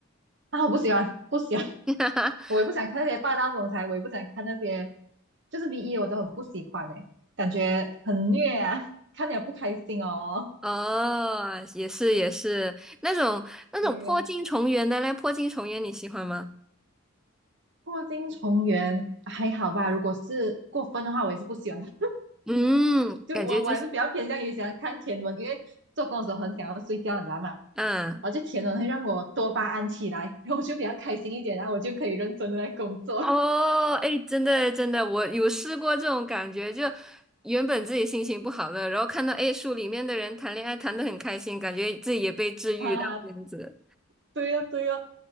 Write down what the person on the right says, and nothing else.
啊，我不喜欢不喜欢。
我也不想看那些霸道总裁，我也不想看那些，就是 b E 我都很不喜欢哎、感觉很虐啊，看了不开心哦。
对呀、
破镜重圆还好吧，如果是过分的话，我也是不喜欢。<laughs>
就我我还是比较偏向于喜欢看甜文，
因为做工的时候很想要睡觉，你知道吗？
然后就甜文会让我多巴胺起来，然后我就比较开心一点，然后我就可以认真的来工作。
<laughs> 哈哈，对哦对哦，